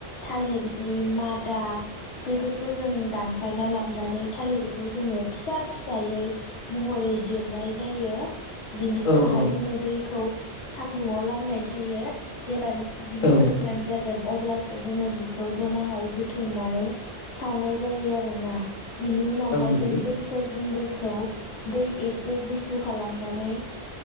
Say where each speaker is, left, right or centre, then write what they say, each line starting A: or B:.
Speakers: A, on the left; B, on the left.
A: थालिरनि मादा आ। बेफोरखौ जों दानफायना लाबानै थालिरखौ जोङो फिसा फिसायै महरै जिरनाय जायो‌। बिनि
B: औ
A: उनावहाय
B: औ
A: जोङो बैखौ सान्दुंङाव लामनाय थायो जेब्लानि बियो
B: औ
A: गोरान जागोन अब्लासो जोङो बिखौ। जमाहायै बुथुमनानै सावनाय जायो आरोना। बिनि उनावहाय
B: नंगौ
A: जों बैफोर गुन्दै। खौ दै एसे गुसु खालामनानै